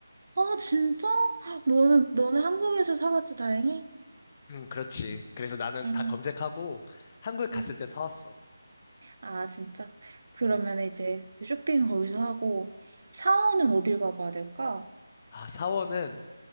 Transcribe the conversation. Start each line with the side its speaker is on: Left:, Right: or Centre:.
Right: 아, 진짜? 너는, 너는 한국에서 사갔지, 다행히?
Left: 응, 그렇지. 그래서 나는
Right: 응,
Left: 다 검색하고 한국에 갔을
Right: 응.
Left: 때 사왔어.
Right: 아, 진짜? 그러면
Left: 음.
Right: 이제 쇼핑 거기서 하고, 샤워는 어딜 가봐야 될까?
Left: 아, 사원은